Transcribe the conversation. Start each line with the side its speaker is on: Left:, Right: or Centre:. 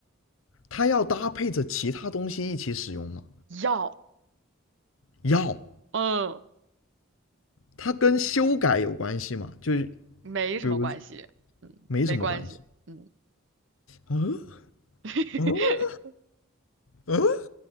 Left: 它要搭配着其他东西一起使用吗？
Right: 要，
Left: 要，
Right: 嗯，
Left: 它跟修改有关系吗？就是
Right: 没什么关系，
Left: 比如
Right: 嗯，
Left: 没什么关系。
Right: 没关系，嗯，
Left: 嗯
Right: <laughs>
Left: 嗯嗯，